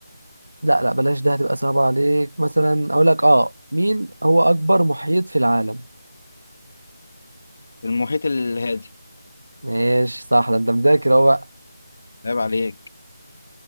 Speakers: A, on the right; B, on the left.
A: لا لا بلاش ده هتبقى صعبة عليك مثلا اقول لك اه مين هو اكبر محيط في العالم
B: المحيط الهادي
A: ماشي صح ده انت مذاكر اهو بقى
B: عيب عليك